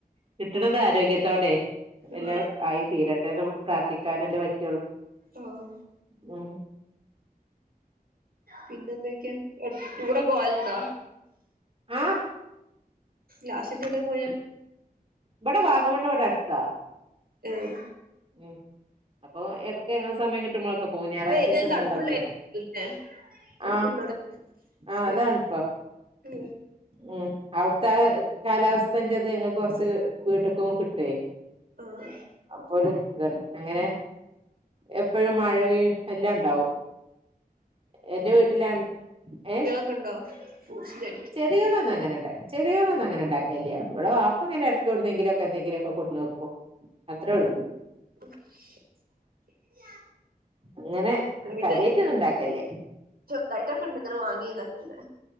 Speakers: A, on the right; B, on the right.
A: കിട്ടണത് ആരോഗ്യത്തോടെ
B: ഉം
A: എല്ലാം ആയി തീരട്ടെ എന്ന് പ്രാർത്ഥിക്കാനല്ലേ പറ്റോള്ളൂ
B: ഓഹ്
A: ഉം
B: പിന്നെ എന്തൊക്കെയാ ടൂറൊക്കെ ഓവലുണ്ടോ
A: ആഹ്
B: ലാസൊക്കെവിടെ പോയേ
A: ഇവിടെ വാഗമണ്ണ് ഇവിടെ അടുത്താ
B: ഇഹ്
A: ഉം അപ്പൊ എടക്ക് ങ്ങള് സമയം കിട്ടുമ്പോള് ഇപ്പപോം ഞായറാഴ്ച
B: ആ ഏരിയ
A: ദിവസങ്ങളിലൊക്കെ
B: തണുപ്പുള്ള ഏരിയല്ലേ തണുപ്പുണ്ടോ
A: ആഹ്
B: അവിടെ
A: ആഹ് അതാൺപ്പ
B: ഉം ഉം
A: ഉം അവിടുത്തെ കാലാവസ്ഥേന്റത് ഞങ്ങക്ക് കൊറച്ച് വീട്ട്ക്കും കിട്ടുവേ
B: ആഹ്
A: അപ്പോര് ഇതാണ് അങ്ങനെ എപ്പഴും മഴയും എല്ലാം ഉണ്ടാവും എന്റെ വീട്ടിലാൺ ഏഹ്
B: ക്കൊണ്ടോ ഫൂസില്
A: ചെടികളൊന്നും അങ്ങനെ ഇണ്ടായി ചെടികളൊന്നും അങ്ങനെ ഉണ്ടാക്കയില്ല ഇവിടെ വാപ്പ ഇങ്ങനെ എടക്കെവിടുന്നെങ്കിലൊക്കെ എന്തെങ്കിലൊക്കെ കൊണ്ട് വക്കും അത്രേള്ളൂ
B: <unintelligible>
A: അങ്ങനെ
B: ഇവിടെ പിന്നെ
A: കാര്യാറ്റ് ഒന്നും ഒണ്ടാക്കൽല
B: ചെറുതായിട്ടൊക്കെ ഇണ്ട് ഇങ്ങനെ വാങ്ങിയതൊക്കെ ഇണ്ട്